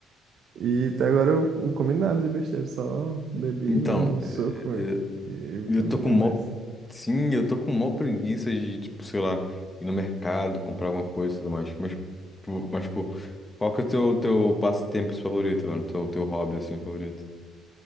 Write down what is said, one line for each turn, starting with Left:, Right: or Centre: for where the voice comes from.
Right: E até agora eu não comi nada de besteira, só bebi
Left: Então,
Right: mesmo, um
Left: eh,
Right: suco
Left: eh,
Right: e vitamina,
Left: eu tô com mó.
Right: mas,
Left: Sim, eu tô com mó preguiça de, tipo, sei lá, ir no mercado, comprar alguma coisa e tudo mais. Mas, pô, mas, pô, qual que é o teu, teu passatempo favorito, mano? Teu, teu hobby, assim, favorito?